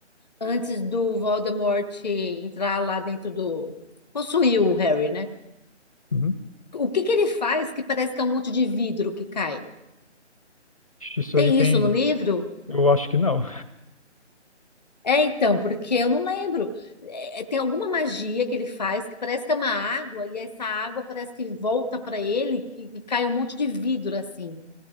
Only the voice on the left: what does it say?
Uhum.
Isso
aí tem.
Eu acho que não.